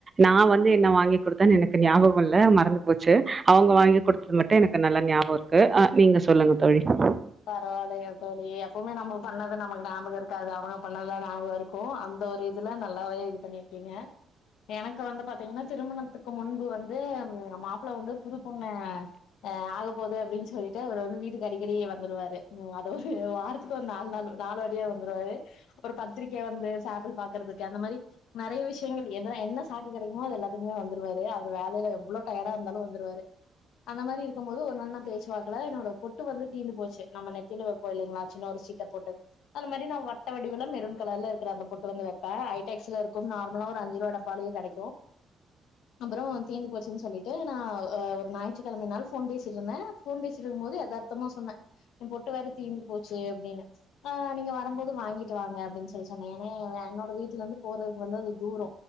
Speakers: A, on the right; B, on the left.
A: நான் வந்து என்ன வாங்கி கொடுத்தேன்னு எனக்கு ஞாபகம் இல்ல மறந்து போச்சு அவுங்க வாங்கி கொடுத்தது மட்டும் எனக்கு நல்லா ஞாபகம் இருக்கு நீங்க சொல்லுங்க தோழி
B: பரவாயில்லைங்க தோழி எப்பவுமே நம்ம பண்ணது நமக்கு ஞாபகம் இருக்காது அவங்க பண்ணதுதா ஞாபகம் இருக்கும் அந்த ஒரு இதுல நல்லாவே இது பண்ணியிருக்கீங்க எனக்கு வந்து பாத்தீங்கன்னா திருமணத்துக்கு முன் <unintelligible> வந்து மாப்பள்ள வந்து புதுப் பொண்ணு ஆகப்போது அப்டின்னு சொல்லிட்டு அவ வந்து வீட்டுக்கு அடிக்கடி வந்து வருவாரு அது ஒரு வாரத்துக்கு ஒரு நாழ்நாள் நாலுவாட்டி வந்துருவாரு ஒரு பத்திரிக்க வந்து சாம்பில் பாக்கறதுக்கு அந்த மாதிரி நெறைய விஷயங்கள் எனா என்ன சாக்கு கெடைக்குமோ அது எல்லாத்துக்குமே வந்துருவாரு அவர் வேலைல எவ்வளோ டயர்டா இருந்தாலும் வந்துருவாரு அந்த மாரி இருக்கும் போது ஒண்ணான பேசுவாக்ல என்னோட பொட்டு வந்து தீந்து போச் நம்ம நெத்தில வைப்போஇல்லைங்களா சின்ன ஒரு ஸ்டிகர் பொட்டு அந்த மாரி நா வட்ட வடிவுல மெருன் கலர் ல இருக்குற அந்த பொட்டு வந்து வப்பேன் ஐட்டஸ் ல இருக்கும் நார்மலா அஞ்சு ரூவா டப்பாளலையே கெடைக்கும் அப்புறம் தீந்துப் போச்சுன்னு சொல்லிட்டு நா ஒரு நாயிற்று கெழம நாள் போன் பேசிட்டுருந்தே போன் பேசிருக்கும்போது எதார்த்தமா சொன்னே என் பொட்டு வேற தீந்து போச்சு அப்டின்னு ஆ நீங்க வரும்போது வாங்கிட்டு வாங்க அப்டின்னு சொல்லி சொன்னேன் ஏன்னா என்னோட வீட்டுல இருந்து போறதுக்கு வந்து அது தூரொ